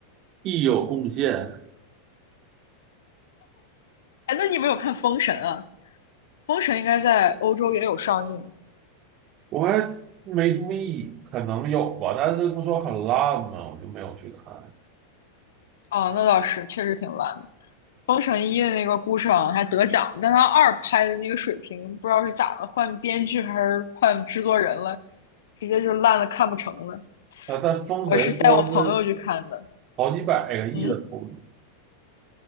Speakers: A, on the right (about 35°); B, on the left (about 60°).
A: 一有贡献，
B: 哎，那你没有看《封神》啊？《封神》应该在欧洲也有上映。
A: 我还没注意，可能有吧，但是不说很烂嘛，我就没有去看。
B: 哦，那倒是，确实挺烂封神一》的那个顾晟还得奖，但他二拍的那个水平不知道是咋的，换编剧还是换制作人了，直接就烂的看不成了。
A: 啊，但封神说是
B: 我是带我朋友去看的，
A: 好几百个亿的投资，
B: 嗯，